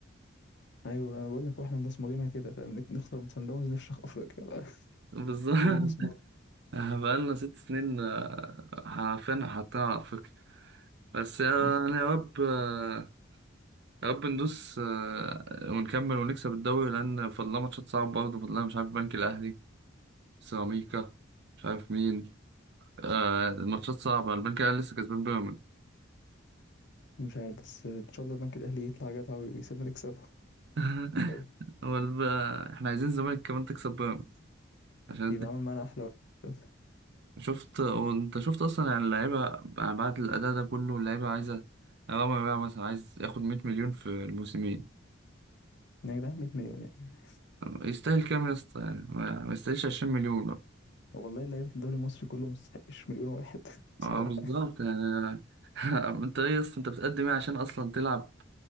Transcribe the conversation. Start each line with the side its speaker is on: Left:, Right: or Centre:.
Left: ايوه انا بقول لك واحنا مبصمجينها كده فاهم نك- نخسر من سان داونز نفشخ افريقيا بقى <laughs>
Right: بالظبط <laughs>
Left: هي بصمات
Right: بقالنا ست سنين آه، عارفين حاطين على أفريقيا بس يعني
Left: م.
Right: يا رب آه، يا رب ندوس آه، ونكمل ونكسب الدوري لأن فضلنا ماتشات صعبة برضه فضلنا مش عارف بنك الأهلي سيراميكا مش عارف مين آه، الماتشات صعبة البنك الأهلي لسه كسبان بيراميدز
Left: مش عارف بس ان شاء الله البنك الاهلي يطلع جدع ويسيبنا نكسبه
Right: <laughs>
Left: فاهم؟
Right: والب... آه، احنا عايزين الزمالك كمان تكسب بيراميدز عشان
Left: يبقى عامل معانا احلى واحد فاهم؟
Right: شفت هو انت شفت اصلا يعني اللعيبه يعني بعد الاداء ده كله اللعيبه عايزه رامي بقى مثلا عايز ياخد 100 مليون في الموسمين
Left: يا جدعان 100 مليون يعني
Right: يستاهل كام يا اسطى يعني ما ما يستاهلش 20 مليون
Left: والله لعيبه الدوري المصري كله ما يستحقش مليون واحد <laughs> صراحه
Right: اه بالظبط يعني <laughs> انت ايه يا اسطى انت بتقدم ايه عشان اصلا تلعب